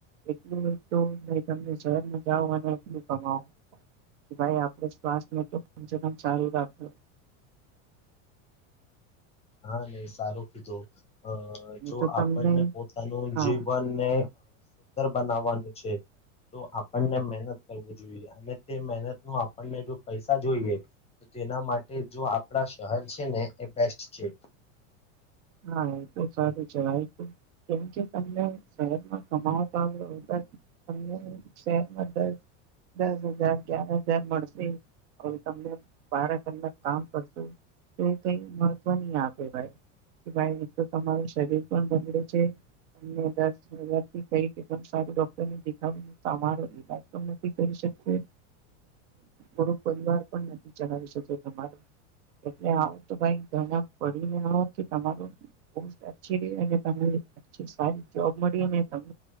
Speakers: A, on the right (about 60°); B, on the left (about 15°).
A: એટલું, ત શહેરમાં જાઓ, અને એટલું કમાવો કે ભાઈ આપણે શ્વાસથને, તો કમ સ કમ સારું રાખવ
B: હા, નઈ સારું
A: નહી
B: જો
A: તો
B: આપણને
A: તમને
B: પોતાનું,
A: હા
B: જીવનને બનાવાનું છે, તો આપણને મહેનત કરવું જોઈએ અને તે મહેનત ન આપણને જો, પૈસા જોઈએ, તો તેના માટે જો આપણા હાલ છેને, એ બેસ્ટ છે
A: હા, એ તો સારું છે, ભાઈ કેમકે, તમને શહેરમાં કમાવટ આવ્યો. તમને શહેરમાં દસ દસ હજાર, ગ્યાર હજાર મળશે. હવે, તમને બાર કલાક કામ કરશું, તો કઈ વન આપે ભાઈ, કે ભાઈ, તો તમારું શરીર પણ બડ છે. તમથીદમ સારું ડોક્ટર ને દેખાવને, તમારો ઈલાજ પણ નથી, કરી તરો પરિવાર પણ નથી, ચલાવી શ તમારો એટલે આવું, તો ભાઈ પડીને તમાર પોસ્ટ અછી, ર અને સારી જોબ મળ અ તમ